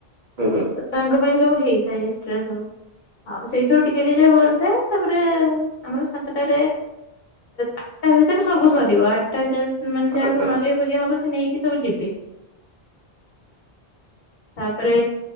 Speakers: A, on the right; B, on the left.
A: ହୁଁ ହୁଁ।
B: ତାଙ୍କ ପାଇଁ ସବୁ ହେଇଥାଏ ଏକ୍ସଟ୍ରା ସବୁ। ଆଉ ସେଇଥିରୁ ଟିକେ ଟିକେ ଯାହା ବଳିଥାଏ ତା ତାପରେ ଆମର ସାତଟାରେ ଆଠଟା ଭିତରେ ସବୁ ସରିବ ଆଠଟା ଭିତରେ ମାନେ
A: ଆଚ୍ଛା
B: ଯାହା ସବୁ ନଗେଇ ଫଗେଇ ହବ। ସେ ନେଇକି ସବୁ ଯିବେ ତାପରେ